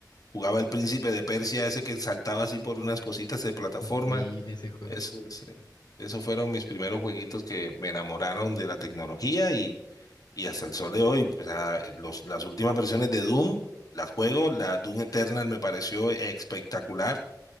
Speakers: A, on the left; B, on the left.
A: jugaba El Príncipe de Persia, ese que saltaba así por unas cositas de plataforma.
B: Increíble ese juego.
A: Eso, es, eh, esos fueron mis primeros jueguitos que me enamoraron de la tecnología y, y hasta el sol de hoy. O sea, los, las últimas versiones de Doom. Las juego, la Doom Eternal me pareció espectacular.